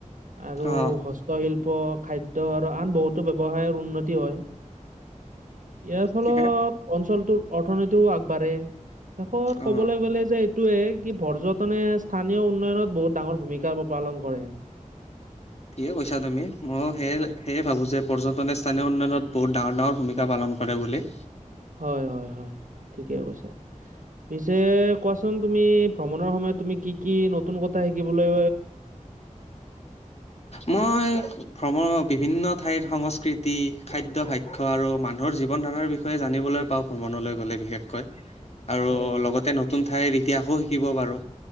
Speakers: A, on the right; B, on the left.
A: আৰু
B: অ
A: হস্তশিল্প- খাদ্য খাদ্য আৰু আন বহুতো ব্যৱসায়ৰ উন্নতি হয়। ইয়াৰ ফলত
B: ঠিকে
A: অঞ্চলটোৰ অৰ্থনীতিও আগবাঢ়ে। শেষত-
B: অ
A: কলে যে এইটোৱে কি পৰ্যটনে স্থানীয় উন্নয়নত বহুত ডাঙৰ ভূমিকা পালন কৰে।
B: ঠিকে কৈছ তুমি, মইও সেয়ে সেয়ে ভাবো যে পৰ্যটনে স্থানীয় উন্নয়নত বহুত ডাঙৰ ডাঙৰ ভূমিকা পালন- কৰে বুলি।
A: হয় হয় হয় ঠিকে কৈছা। পিছে কোৱাচোন তুমি ভ্ৰমণৰ সময়ত তুমি কি কি নতুন কথা শিকিবলে-
B: মই- ভ্ৰমণৰ বিভিন্ন ঠাইৰ সংস্কৃতি, খাদ্য ভাক্য আৰু মানুহৰ জীৱন ধাৰণৰ বিষয়ে জানিবলৈ- পাওঁ ভ্ৰমণলৈ গ'লে বিশেষকৈ। আৰু
A: হয়,
B: লগতে নতুন ঠাইৰ ইতিহাসো শিকিব পাৰো।